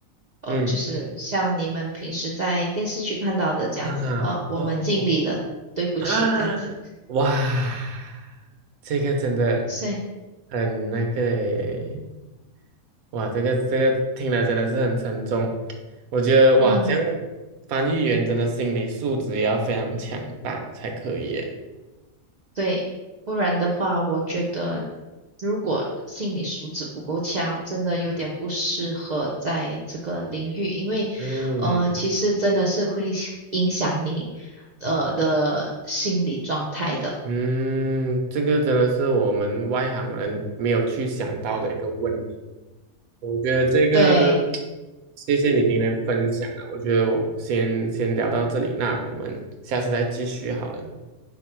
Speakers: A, on the right (about 60°); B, on the right (about 85°).
A: 呃，
B: 嗯
A: 就是像你们平时在电视剧看到的这样子，
B: 哈哈哦
A: 呃，我们尽力了，对不起，
B: 啊
A: 这样子，
B: 哇，这个真的
A: 所以
B: 很那个诶，哇，这个这个听了真的是很沉重。我觉得哇，
A: 嗯。
B: 这样翻译员真的心理素质也要非常强大才可以耶。
A: 对，不然的话，我觉得如果心理素质不够强，真的有点不适合在这个领域，因为呃，
B: 嗯
A: 其实真的是会影响你呃的心理状态的。
B: 嗯，这个真的是我们外行人没有去想到的一个问我觉得这个，
A: 对，
B: 谢谢你今天分享啊，我觉得我们先先聊到这里，那我们下次再继续好了。